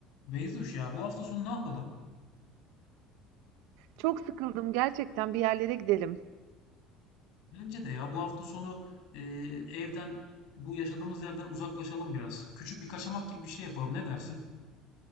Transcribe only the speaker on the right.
Çok sıkıldım gerçekten bir yerlere gidelim.